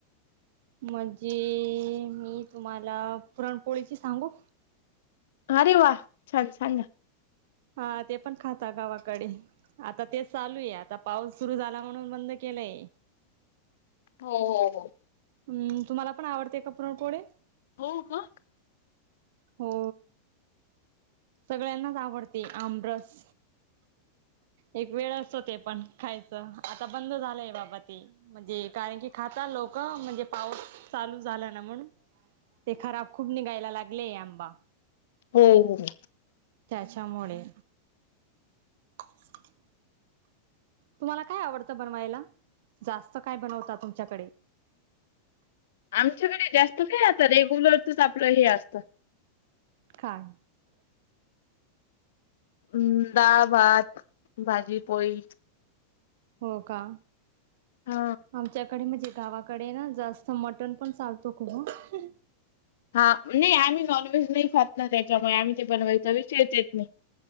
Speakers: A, on the right; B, on the left.
A: म्हणजे मी तुम्हाला पुरणपोळीची सांगू
B: अरे वा छान सांगा
A: हा ते पण खातात गावाकडे आता तेच चालू आहे आता पाऊस सुरु झाला म्हणून बंद के ले
B: हो हो हो
A: हम् तुम्हाला पण आवडते का पुरणपोळी
B: हो मग
A: हो सगळ्यांनाच आवडते आमरस एक वेळ असतो ते पण खायचं आता बंद झालंय बाबा ते म्हणजे कारण की खातात लोक का म्हणजे पाऊस चालू झाला ना म्हणून ते खराब खूप निघायला लागलेय आंबा
B: हो हो हो
A: त्याच्यामुळे हो ना तुम्हाला काय आवडत बनवायला जास्त काय बनवता तुमच्याकडे
B: आमच्याकडे जास्त काय आता रेग्यूलरचच आपलं हे असतं
A: काय
B: हम् डाळ भात भाजी पोळी
A: हो का
B: हा
A: आमच्याकडे म्हणजे गावाकडे ना जास्त मटण पण चालतो खूप ह
B: हा नाही आम्ही नॉनव्हेज नाही खात ना त्याच्यामुळे आम्ही ते बनवायच विषयच येत नाही